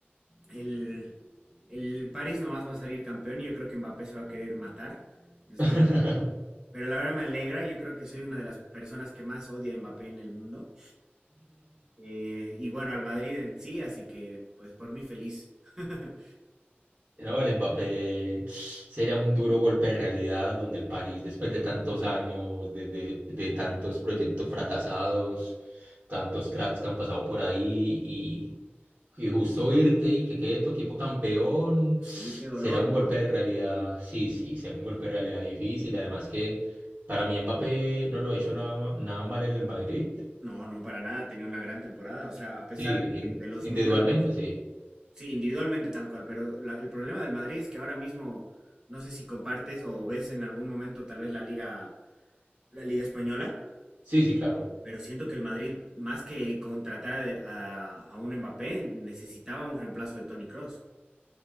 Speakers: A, on the right; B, on the right.
A: el, el París nomás va a salir campeón y yo creo que Mbappé se va a querer matar después
B: <laughs>
A: de esto. Pero la verdad me alegra, yo creo que soy una de las personas que más odia a Mbappé en el mundo. Eh, y bueno, al Madrid en sí, así que pues por mí feliz. <laughs>
B: No, el Mbappé sería un duro golpe de realidad donde el París, después de tantos años, de, de- de tantos proyectos fracasados, tantos cracks que han pasado por ahí y, y justo irte y que quede tu equipo campeón, será
A: Sí, qué dolor,
B: un
A: ¿no?
B: golpe de realidad, sí, sí, será un golpe de realidad difícil. Además que para mí Mbappé no lo ha hecho nada, ma- nada mal en el Madrid,
A: No, no, para nada, tenía una gran temporada. O sea, a pesar
B: sí,
A: de que
B: in-
A: de los
B: individualmente,
A: números,
B: sí,
A: Sí, individualmente tal cual, pero la- el problema del Madrid es que ahora mismo, no sé si compartes o ves en algún momento tal vez la liga, la liga española,
B: sí, sí, claro.
A: pero siento que el Madrid, más que contratar a, de- a- a un Mbappé, necesitaba un reemplazo de Toni Kroos.